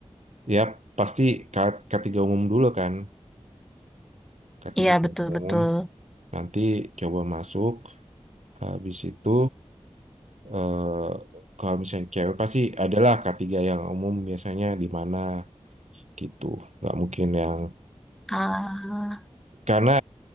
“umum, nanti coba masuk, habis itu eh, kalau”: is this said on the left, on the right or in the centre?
Right